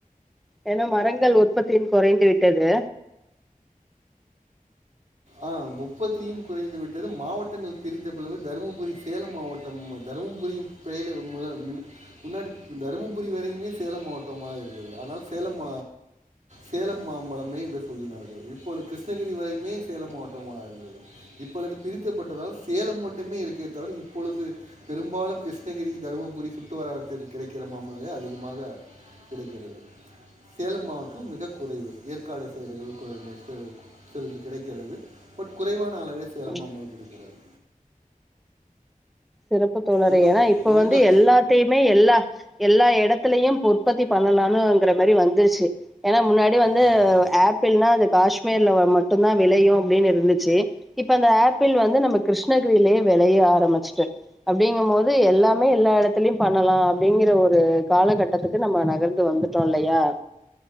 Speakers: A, in the centre; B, on the right (about 55°).
A: ஏன்னா மரங்கள் உற்பத்தின் குறைந்து விட்டது
B: ஆ முப்பத்தியு குறைந்து விட்டது மாவட்டங்கள் பிரிந்தபழுவு தருமபுரி சேல மாவட்டம் தருமபுரிய பெய முதல் முன்னாடி தருமபுரி வரையுமே சேல மாவட்டமா இருந்தது ஆனால் சேலம் சேல மாம்பழமே என்று சொல்லினார்கள் இப்போது கிருஷ்ணகிரி வரையுமே சேல மாவட்டமாக இருந்தது இப்பொழுது பிரித்தப்பட்டதால் சேல மட்டுமே இருக்கே தவிர இப்பொழுது பெரும்பாலு கிருஷ்ணகிரி தருமபுரி சுற்றுவட்டாரத்திற்கு கிடைக்கிற மாம்பழ அதிகமாக கிடைக்கிறது சேல மாவட்ட மிக குறைவு ஏற்காடு சைடுகள் <unintelligible> கிடைக்கிறது பட் குறைவான அளவே சேலமாம்பழ
A: ஆ
B: கிடைக்கிறது
A: சிறப்பு தோழரே
B: உங்கள்
A: ஏன்னா இப்ப
B: உங்கள்
A: வந்து எல்லாத்தையுமே எல்லா எல்லா இட இடத்திலையு இப்ப உற்பத்தி பண்ணலானுங்குற மாரி வந்துருச்சு ஏன்னா முன்னாடி வந்து
B: ஆமாம்
A: ஆப்பிள்னா அது காஷ்மீர்லவா மட்டுந்தா விளையு அப்பிடின்னு இருந்துச்சு இப்ப அந்த ஆப்பிள் வந்து நமக் கிருஷ்ணகீரியிலேயே விளைய ஆரமிச்சுட்டு அப்பிடிங்கும் போது எல்லாமே எல்லா இடத்துலயு பண்ணலா அப்பிடிங்கிற ஒரு காலகட்டத்துக்கு நம்ம நகர்ந்து வந்துட்டோ இல்லையா